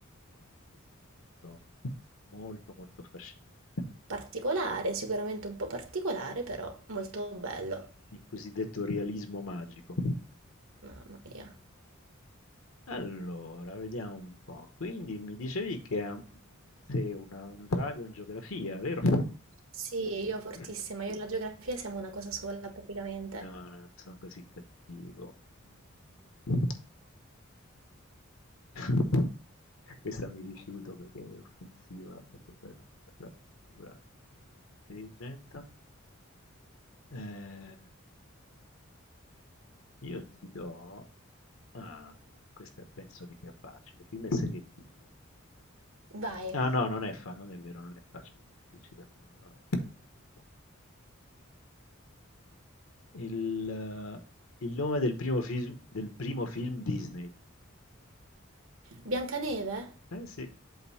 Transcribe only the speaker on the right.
Particolare, sicuramente un po' particolare, però molto bello.
Mamma mia.
Sì, io fortissima,
io e la geografia siamo una cosa sola praticamente.
Vai.
Biancaneve?